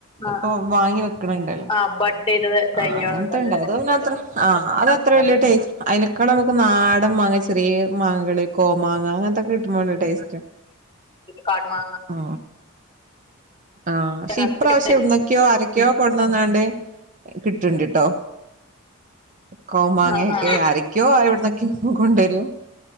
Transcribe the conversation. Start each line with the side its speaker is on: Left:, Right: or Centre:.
Left: ആ
Right: ഇപ്പൊ
Left: ആ
Right: വാങ്ങി വെക്ക്ണണ്ടല്ലോ
Left: ആ ബഡ് ചെയ്തത്
Right: ആ
Left: തയ്യാളുണ്ടല്ലോ
Right: അങ്ങൻത്തെണ്ടാവും അതൊന്നും അത്ര ആ അത് അത്ര വല്യ ടേ അയ്ന ക്കണ നമ്ക്ക് നാടംമാങ്ങെ ചെറ്യേ മാങ്ങകൾ കോമാങ്ങ അങ്ങനത്തൊക്കെ കിട്ടുമ്പല്ല ടേസ്റ്റാ
Left: കാട്ടുമാങ്ങ
Right: ആ ആ ക്ഷെ
Left: അതൊക്കെ
Right: ഇപ്രാവശ്യം
Left: ഉണ്ടായിരുന്നു.
Right: എവ്ട്ന്നെക്കെയോ ആരെക്കെയോ കൊട് ന്നന്നാണ്ട് കിട്ട്ണ്ട്ട്ടോ കോമാങ്ങെയാെക്കെ
Left: ആ ആ
Right: ആരെക്കോ അ എവ്ട്ന്നെക്ക്യാേ കൊണ്ടരും